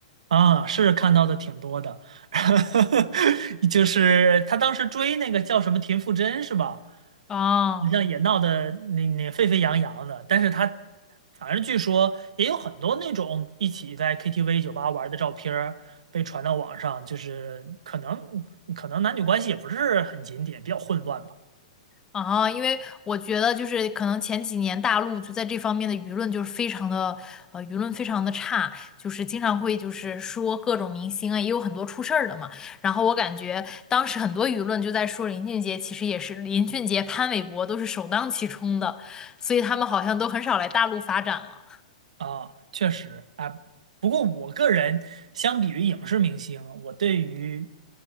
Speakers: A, on the right; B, on the left.
A: 啊，是看到的挺多的，<laughs> 就是他当时追那个叫什么田馥甄是吧？
B: 哦。
A: 你像也闹得那那沸沸扬扬的，但是他反正据说也有很多那种一起在 KTV 酒吧玩的照片儿被传到网上，就是可能可能男女关系也不是很检点，比较混乱吧。
B: 啊，因为我觉得就是可能前几年大陆就在这方面的舆论就是非常的，呃，舆论非常的差，就是经常会就是说各种明星啊，也有很多出事儿的嘛。然后我感觉当时很多舆论就在说林俊杰，其实也是林俊杰、潘玮柏都是首当其冲的，所以他们好像都很少来大陆发展了
A: 啊，确实啊，不过我个人相比于影视明星，我对于